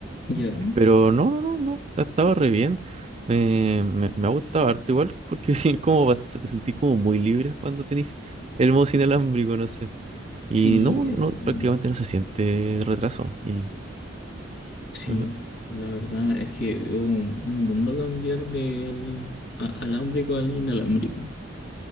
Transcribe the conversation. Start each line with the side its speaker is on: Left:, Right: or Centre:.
Left: Ya.
Right: Pero no, no, no, no, ha estado re bien. Me, me, me ha gustado harto igual, porque <laughs> como vas- te sentís como muy libre cuando tenés el mouse inalámbrico, no sé. Y
Left: Sí,
Right: no,
Left: es
Right: no,
Left: verdad.
Right: prácticamente no se siente retraso. Y
Left: Sí,
Right: ujú,
Left: la verdad es que es un, un mundo cambiar del a- alámbrico al inalámbrico.